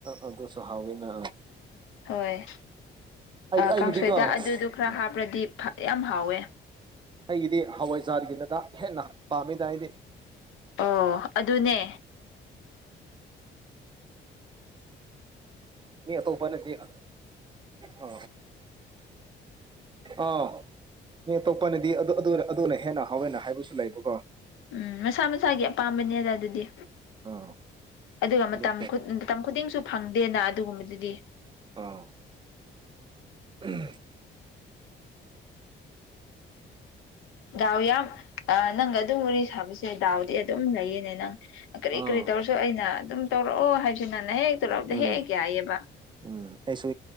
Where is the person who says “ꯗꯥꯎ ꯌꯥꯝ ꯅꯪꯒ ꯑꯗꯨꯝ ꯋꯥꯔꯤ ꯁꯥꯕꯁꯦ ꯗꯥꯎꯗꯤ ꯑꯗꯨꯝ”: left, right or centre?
Left